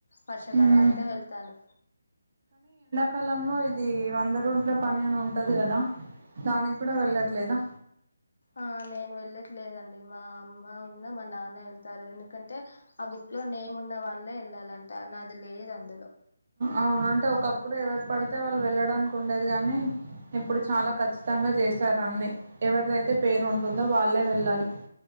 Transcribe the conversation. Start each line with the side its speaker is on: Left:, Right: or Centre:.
Left: వర్షాకాలం
Right: ఉమ్
Left: అయితే వెళ్తాను
Right: కాలంలో ఇది వంద రోజుల పని అని ఉంటది కదా దానికి కూడా వెళ్ళట్లేదా
Left: ఆ నేను వెళ్ళట్లేదండి మా అమ్మ ఉన్న మా నాన్న వెళ్తారు ఎందుకంటే ఆ బుక్ లో నేము ఉన్న వాళ్ళే వెళ్ళాలంటారు నాది లేదు అందులో
Right: అవును అంటే ఒకప్పుడు ఎవరు పడితే వాళ్ళు వెళ్ళడానికి ఉండేది కాగానీ ఇప్పుడు చాలా కఖచ్చితంగా చేశారు అన్ని ఎవరిదైతే పేరు ఉంటుందో వాళ్ళే వెళ్ళాలి